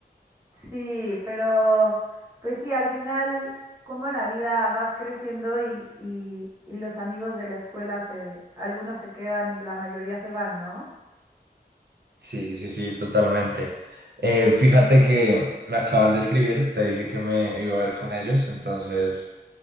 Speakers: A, on the right; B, on the right.
A: Sí, pero pues sí, al final, como la vida vas creciendo y, y, y los amigos de la escuela se, algunos se quedan y la mayoría se van, ¿no?
B: Sí, sí, sí, totalmente. Eh, fíjate que me acaban de escribir, te dije que me iba a ver con ellos, entonces